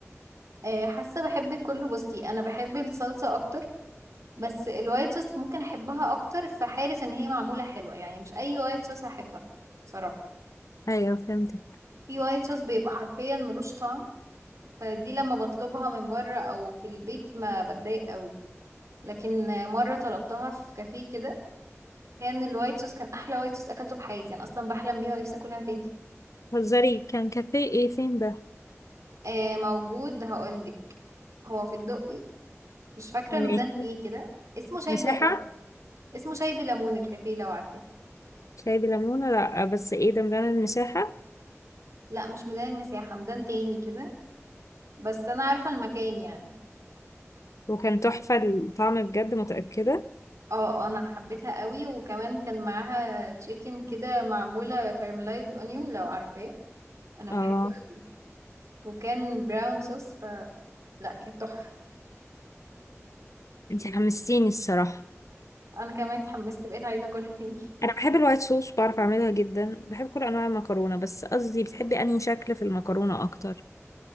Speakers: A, on the right; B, on the left.
A: آه، حاسة بحب كله بصي انا بحب الصلصة اكتر بس الوايت صوص ممكن احبها اكتر في حالة ان هي معمولة حلوة يعني مش اي وايت صوص هحبها بصراحة
B: ايوه فهمتك
A: في وايت صوص بيبقى حرفيا ملوش طعم فدي لما بطلبها من بره او في البيت ما بتضايق قوي لكن مرة طلبتها في كافيه كده كان الوايت صوص كان احلى وايت صوص اكلته في حياتي انا اصلا بحلم بيها ونفسي اكلها تاني
B: هزاري كان كافيه ايه فين ده؟
A: آه موجود هقولك هو في الدقي مش فاكرة
B: ماشي
A: ميدان ايه كده اسمه شاي
B: مساحة
A: ب... اسمه شاي بليمون الكافيه لو عارفاه
B: شاي بليمونة لا بس ايه ده مليانة المساحة
A: لا مش ميدان المساحة ميدان تاني كده بس انا عارفة المكان يعني
B: وكان تحفة الطعم بجد متأكدة
A: اه آه، انا حبيتها قوي وكمان كان معاها تشيكن كده معمولة كارملايزد اونيون لو عارفاه انا
B: اه
A: بحبه أوي. وكان براون صوص ف لا كانت تحفة
B: انتي حمستيني الصراحة
A: انا كمان اتحمست بقيت عايزة اكلها تاني <laughs>
B: انا بحب الوايت صوص بعرف اعملها جدا بحب كل انواع المكرونة بس قصدي بتحبي انهي شكل في المكرونة اكتر